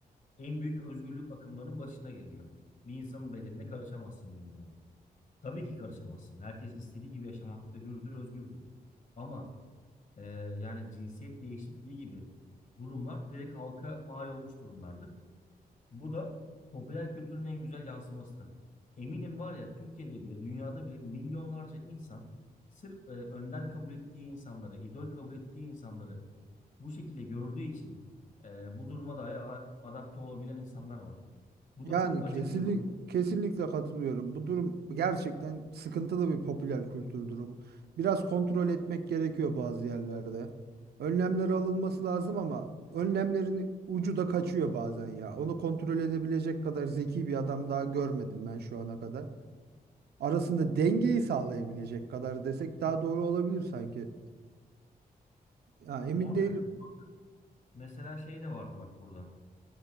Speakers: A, on the left; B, on the right.
A: en büyük özgürlük akımlarının başına geliyor. Bir insanın bedenine karışamazsın deniliyor. Tabii ki karışamazsın. Herkes istediği gibi yaşamakta hürdür, özgürdür. Ama e, yani cinsiyet değişikliği gibi durumlar direkt halka mal olmuş durumlardır. Bu da popüler kültürün en güzel yansımasıdır. Eminim var ya Türkiye'de bile dünyada bile milyonlarca insan sırf e, önder kabul ettiği insanları, idol kabul ettiği insanları bu şekilde gördüğü için e, bu duruma dahi a- adapte olabilen insanlar var. Bu
B: Yani
A: da çok
B: kesinlik,
A: acı bir durum
B: kesinlikle katılıyorum. Bu durum gerçekten sıkıntılı bir popüler kültür durumu. Biraz kontrol etmek gerekiyor bazı yerlerde. Önlemler alınması lazım ama önlemlerin ucu da kaçıyor bazen ya. Onu kontrol edebilecek kadar zeki bir adam daha görmedim ben şu ana kadar. Arasında dengeyi sağlayabilecek kadar desek daha doğru olabilir sanki. Ya emin
A: muhakkak.
B: değilim.
A: Mesela şey de vardı bak burada.